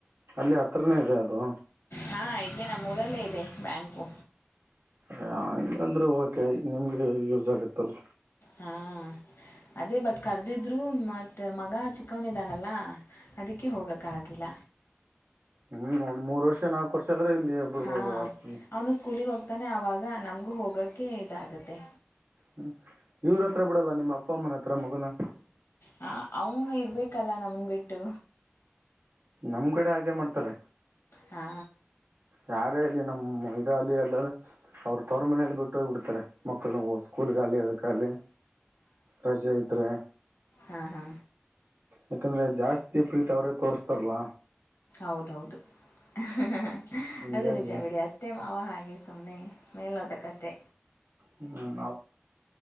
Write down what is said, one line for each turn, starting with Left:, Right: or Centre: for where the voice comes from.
Right: ಅಲ್ಲಿ ಹತ್ರನೇ ಇದೆ ಅದು.
Left: ಹಾ ಇಲ್ಲಿ ನಮ್ಮೂರಲ್ಲೇ ಇದೆ ಬ್ಯಾಂಕು.
Right: ಹಂಗ ಅಂದ್ರೆ ಓಕೆ ನಿಮ್ಗೆ ಯೂಸ್ ಆಗತ್ತಲ್.
Left: ಹಾ ಅದೇ ಬಟ್ ಕರ್ದಿದ್ರು ಮತ್ತೆ ಮಗ ಚಿಕ್ಕವನಿದ್ದಾನಲ್ಲ. ಅದಕ್ಕೆ ಹೋಗೋಕ್ಕಾಗಿಲ್ಲ.
Right: ಹ್ಮ್ ಒಂದ್ ಮೂರ್ ವರ್ಷ ನಾಲ್ಕು ವರ್ಷ ಆದ್ರೆ ಇಲ್ಲಿ. ಬಿಡ್ಬೋದು
Left: ಹಾ
Right: ಆಪ್ಷನ್
Left: ಅವನು ಸ್ಕೂಲಿಗೆ ಹೋಗ್ತಾನೆ ಆವಾಗ ನಮಗೂ ಹೋಗೋಕ್ಕೆ ಇದಾಗುತ್ತೆ.
Right: ಹ್ಮ ಇವ್ರತ್ರ ಬಿಡಲ್ಲ ನಿಮ್ಮ ಅಪ್ಪ ಅಮ್ಮನ ಹತ್ರ ಮಗನ.
Left: ಹ ಅವನು ಇರ್ಬೇಕಲ್ಲ ನಮನ್ ಬಿಟ್ಟು.
Right: ನಮ್ ಕಡೆ ಹಾಗೆ ಮಾಡ್ತಾರೆ.
Left: ಹಾ.
Right: ಯಾರೇ ಅಲ್ಲಿ ನಮ್ಮ್ ಮಂದಿ ಅಲ್ಲಿ ಅಲ್ಲ ಅವ್ರರು ತವರ ಮನೆಲಿ ಬಿಟ್ಟು ಹೋಗ ಬಿಡ್ತಾರೆ. ಮಕ್ಕಳು ಸ್ಕೂಲ್ಗಾಲಿ ಅದಕ್ಕಾಲ ರಜೆ ಇದ್ರೆ.
Left: ಹಾ ಹಾ.
Right: ಯಾಕಂದ್ರೆ ಜಾಸ್ತಿ ಪ್ರೀತಿ ಅವರೇ ತೋರಿಸ್ತಾರಲ್ಲ.
Left: ಹೌದೌದು ಹ ಹ ಹ
Right: ಹಿಂಗಾಗಿ
Left: ಅದು ನಿಜ ಬಿಡಿ ಆಯತ. ಅತ್ತೆ ಮಾವ ಹಾಗೆ ಸುಮ್ಮನೆ ಮೇಲ್ ನೋಡಬೇಕ್ಕಷ್ಟೇ.
Right: ಹ್ಮ್